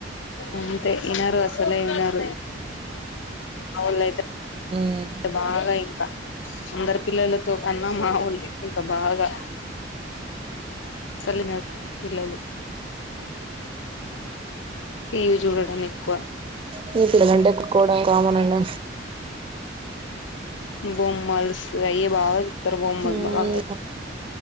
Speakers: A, on the left; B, on the right.
A: అంతే వినరు అసలే వినరు అవున్ అయితే
B: ఉమ్
A: బాగా ఇంకా ఆమ్ పిల్లలతో కన్నా మామూల్ది ఇంకా బాగా చలున్నారు పిల్లలు టీవీ చూడడం ఎక్కువ
B: మీకుల గంటే కుడుకోడా కామనన్న
A: బొమ్మల్స్ అయి బాగా ఇద్దర బొమ్ల్
B: ఉమ్
A: బాగా